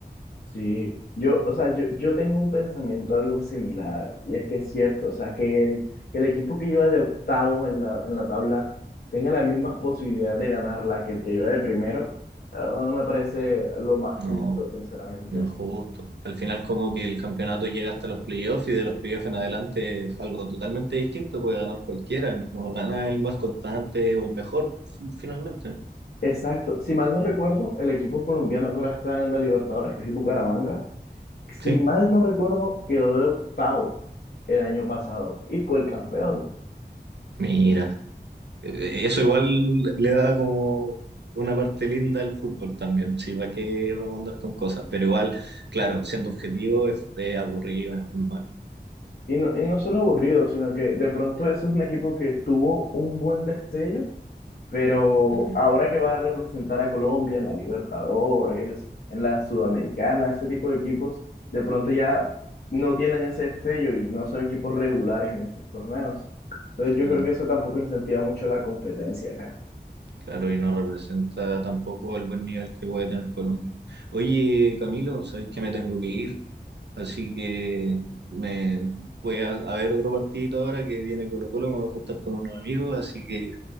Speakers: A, on the left; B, on the right.
A: Sí, yo, o sea, yo, yo tengo un pensamiento algo similar, y es que es cierto, o sea, que el, que el equipo que lleva de octavo en la, en la tabla tenga las mismas posibilidades de ganarla que el que lleva de primero, la verdad no me parece lo más
B: No,
A: justo, sinceramente.
B: no es justo. Al final como que el campeonato llega hasta los playoffs y de los playoffs en adelante es algo totalmente distinto. Puede ganar cualquiera. No gana el más constante o el mejor, fi- finalmente.
A: Exacto, si mal no recuerdo, el equipo colombiano que ahora está en la Libertadores, que es el Bucaramanga, si
B: Sí,
A: mal no recuerdo, quedó de octavo el año pasado y fue el campeón.
B: mira. eh, Eso igual le da como una parte linda al fútbol también. Sí, va que vamos a andar con cosas. Pero igual, claro, siendo objetivo es, es aburrido, es malo.
A: Y no, y no solo aburrido, sino que de pronto ese es un equipo que tuvo un buen destello, pero
B: Ujú.
A: ahora que va a representar a Colombia en la Libertadores, en la Sudamericana, ese tipo de equipos, de pronto ya no tienen ese destello y no son equipos regulares en estos torneos. Entonces
B: claro.
A: yo creo que eso tampoco incentiva mucho la competencia acá.
B: Claro, y no representa tampoco el buen nivel que puede tener Colombia. Oye, Camilo, sabes que me tengo que ir, así que me voy a, a ver otro partidito ahora que viene Colo Colo, me voy a juntar con unos amigos, así que